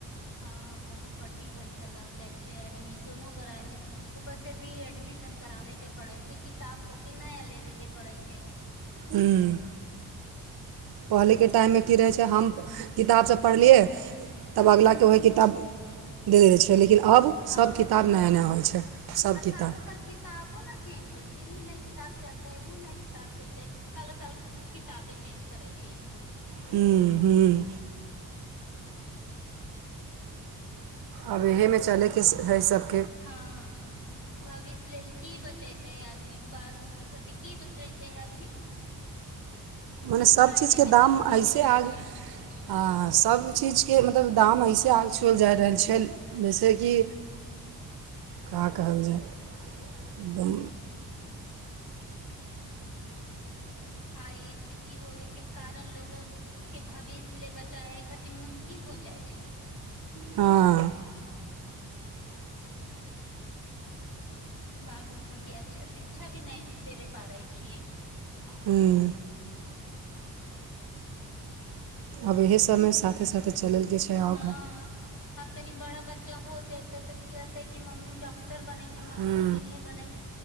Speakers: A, on the left (about 85°); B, on the right (about 90°).
A: हँ बहुत बड्डी पैसा लग जाइ छै एडमिशनो करायमे ऊपर से री एडमिशन कराबे के पड़ै छै किताब कॉपी नया लेबे के पड़ै छै
B: ह्म पहिले के टाइम मे की रहे हम किताब सब पढ़ ली यइ तब अग्ला के ओहे किताब दे दइ छिइ लेकिन अब
A: हँ
B: सभ किताब
A: हँ
B: नया नया होइ छै सभ
A: आ सालो
B: किताब
A: साल किताबो ने चेंज होइ छै ई नहि किताब चलते ओ नहि किताब चलते सालो साल किताबे चेंज करे छै इस
B: ह्म्म ह्म आब इहेमे चलये के हइ सभ
A: हँ भविष्य लेल की बचेतेै आदमी बाल बुद रु खति की बचेतै आदमी <unintelligible>
B: मने
A: खाहे
B: सभचीजके
A: मे सब
B: दाम
A: खर्च
B: अइसे
A: हो जाइ
B: आ ग
A: छै
B: हँ सभचीजके मतलब दाम अइसे आग छुअल जा रहल छै जइसेक कि का कहल जाय एकदम
A: आइ स्थिति होयके कारण लोगल के भविष्य ले बचाबै खातिर मुश्किल हो जाइ छै
B: हँ
A: बाल बुतरू के अच्छा शिक्षा भी नहि देबे पारै छियै
B: ह्म आब इहे सभमे साथे साथे चलेलके छै अहाँक
A: हँ अब तनी बड़ा बच्चा हो जेतै तऽ कियतइ कि मम्मी डॉ टर बनेंगे मम्मी
B: हूँ
A: इंजीनियर बनेंगे